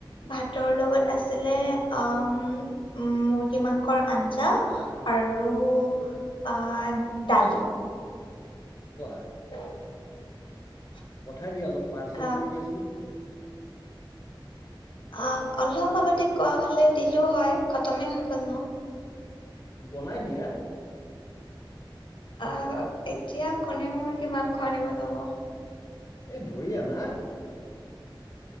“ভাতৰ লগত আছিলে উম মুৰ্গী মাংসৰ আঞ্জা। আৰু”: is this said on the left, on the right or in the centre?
Left